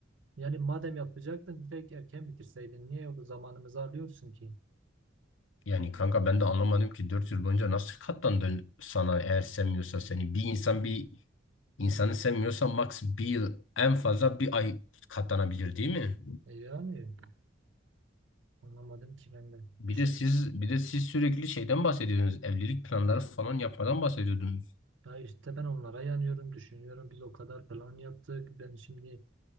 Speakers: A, on the right; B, on the left.
A: Yani madem yapacaktın direkt erken bitirseydin. Niye o zamanımızı alıyorsun ki?
B: Yani kanka ben de anlamadım ki 4 yıl boyunca nasıl katlandın sana eğer sevmiyorsa seni. Bir insan bir insanı sevmiyorsa max bir yıl en fazla bir ay katlanabilir değil mi?
A: E yani anlamadım ki ben de
B: Bir
A: bir şey.
B: de siz bir de siz sürekli şeyden bahsediyorsunuz Evlilik planları falan yapmadan bahsediyordunuz.
A: Ya işte ben onlara yanıyorum düşünüyorum. Biz o kadar plan yaptık. Ben şimdi